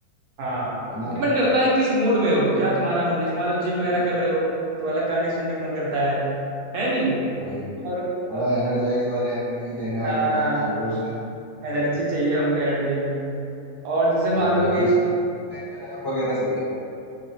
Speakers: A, on the right (about 70°); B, on the left (about 25°).
A: हाँ
B: है ना
A: डिपेंड करता है किस मूड में हो क्या तुम्हारा मूड जैसे मान लो जिम वगैरह
B: हम्म,
A: कर रहे हो तो अलग गाने सुनने का मन करता है है नहीं
B: वही
A: और
B: थोड़ा
A: और-
B: एनर्जाइज वाले एनर्जी देने वाले
A: हाँ
B: गाने सुन लो उस टाइम
A: एनर्जी
B: रहता है
A: चाहिए हमको एनर्जी वाले और जैसे
B: हम्म,
A: मान
B: वही
A: लो अभी
B: इस टाइम उस टाइम पे रैप वगैरह सही रहता